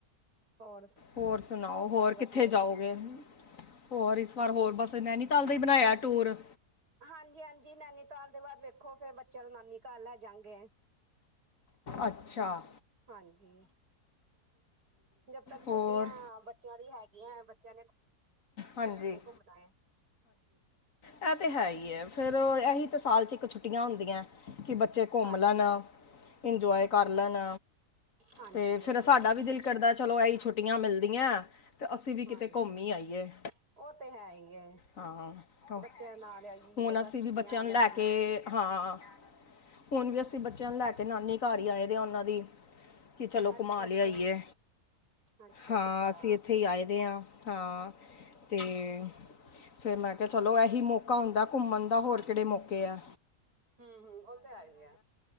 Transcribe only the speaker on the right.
ਹੋਰ
ਸਭ
ਵਧੀਆ
ਜੀ
ਹਾਂਜੀ ਹਾਂਜੀ ਨੈਨੀਤਾਲ ਦੇ ਬਾਅਦ ਵੇਖੋ ਫੇਰ ਬੱਚਿਆਂ ਨੂੰ ਨਾਨੀ ਘਰ ਲੈਂ ਜਾਗੇ।
ਹਾਂਜੀ, ਜਦ ਤੱਕ
ਛੁੱਟੀਆਂ ਬੱਚਿਆਂ ਦੀ ਹੈਗੀਐ <unintelligible>
ਘੁੰਮਨਾ ਹੀ ਘੁੰਮਨਾ ਏ।
ਹਾਂਜੀ
ਹਾਂਜੀ
ਉਹ
ਹੈ ਹੀ
ਹੈ
ਹਾਂਜੀ
ਉਹ ਤੇ ਹੈ ਏ,
ਬੱਚਿਆਂ ਨਾਲ ਆਈ
ਏ ਬਸ
ਛੁੱਟੀਆਂ
ਦਾ
ਦਿਨ
ਅੱਛਾ
ਅੱਛਾ
ਅੱਛਾ
ਅੱਛਾ
ਹੂੰ ਹੂੰ, ਉਹ ਤੇ ਹੈ ਈ ਐ।